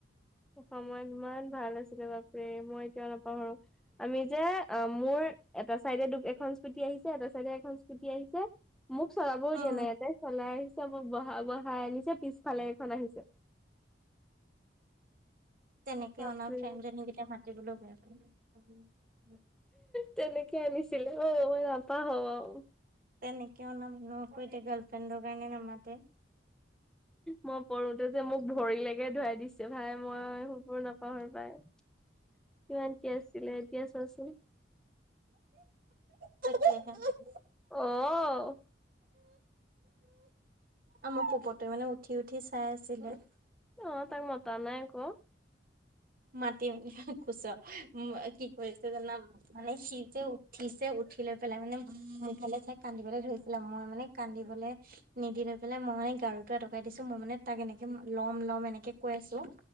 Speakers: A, in the centre; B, on the right.
A: সময়ত মই ইমান ভাল আছিলে বাপৰে, মই এতিয়াও নাপাহৰোঁ। আমি যে, অ' মোৰ এটা চাইডে দু এখন স্কুটি আহিছে। এটা চাইডে এখন স্কুটি আহিছে। মোক চলাবও
B: উম
A: দিয়া নাই ইহঁতে চলাই আহিছে মোক বহা বহাই আনিছে। পিছফালে এখন আহিছে।
B: তেনেকে
A: বাপৰে
B: অনা ফ্ৰেমজনীকেইটা মাতিবলৈ বেয়া পাই।
A: তেনেকে আনিছিলে অ' মই নাপাহৰোঁ আৰু।
B: তেনেকে অনা মানুহকো এতিয়া গালফ্ৰেণ্ড কাৰনে নামাতে।
A: মই পঢ়োতে যে মোক ভৰিলৈকে ধোৰাই দিছে। ভাই মই সবোৰ নাপাহৰ পাই কিমান কি আছিলে এতিয়া চোৱাচোন <unintelligible>
B: তা হ <unintelligible>
A: আহ'
B: আমাৰ পপতে মানে উঠি উঠি চাই আছিলে।
A: অ' তাক মতা নাই আকৌ'।
B: মাতিম দিয়া খোছ কি কৰিছো জানা মোক- মানে, সি যে উঠিছে। উঠি লৈ পেলাই মানে মোৰফালে চাই কান্দিবলৈ ধৰিছিলে। মই মানে- কান্দিবলৈ- নিদি লৈ পেলাই মই মানে গাৰুতটো এটকাই দিছো মই মানে তাক এনেকে লম লম এনেকে কৈ আছোঁ।